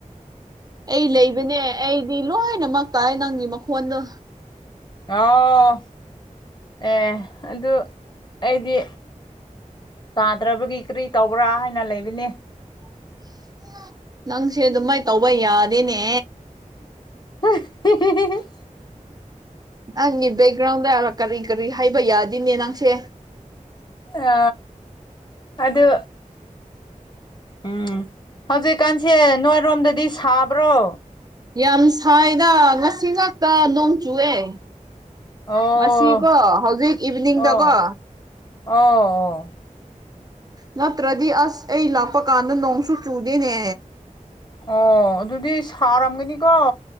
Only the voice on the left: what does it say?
ꯑꯣꯥꯎ ꯑꯦ ꯑꯗꯨ ꯑꯩꯗꯤ ꯇꯥꯗ꯭ꯔꯕꯒꯤ ꯀꯔꯤ ꯇꯧꯕ꯭ꯔꯥ ꯍꯥꯏꯅ ꯂꯩꯕꯅꯦ
<inaudible>
ꯑ ꯑꯗ ꯎꯝ ꯍꯧꯖꯤꯛ ꯍꯧꯖꯤꯀꯥꯟꯁꯦ ꯅꯣꯏꯔꯣꯝꯗꯗꯤ ꯁꯥꯕ꯭ꯔꯣ
ꯑꯣ
ꯑꯣ ꯑꯣ ꯑꯣ
ꯑꯣ ꯑꯗꯨꯗꯤ ꯁꯥꯔꯝꯒꯅꯤꯀꯣ